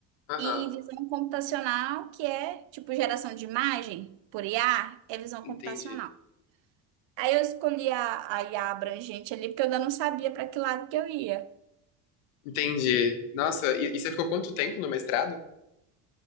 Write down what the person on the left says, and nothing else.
aham,
entendi.
Entendi. Nossa, e, e você ficou quanto tempo no mestrado?